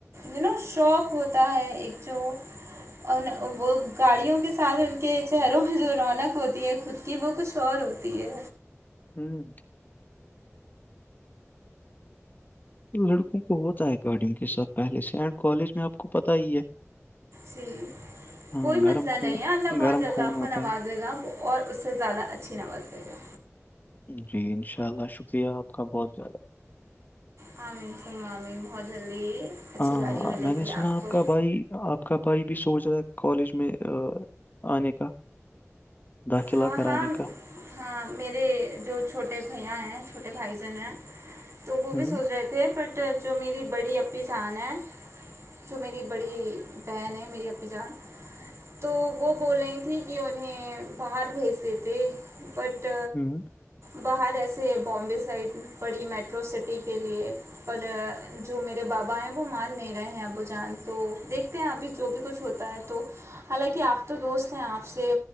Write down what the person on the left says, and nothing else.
ہوں لڑکوں کو ہوتا ہے گارڈنگ کے ساتھ پہلے سے اینڈ کالج میں آپ کو پتا ہی ہے
ہاں
گرم خون
گرم
خون
ہوتا
جی انشاء اللہ شکریہ آپ کا بہت زیادہ
ہاں
میں نے
سنا آپ
کا بھائی آپ آپ کا بھائی بھی سوچ رہا ہے کالج میں آنے کا داخلہ
کرانے
کا
ہوں
ہوں